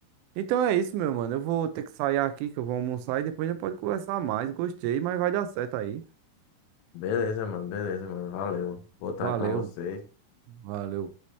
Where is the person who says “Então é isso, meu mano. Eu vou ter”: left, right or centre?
Right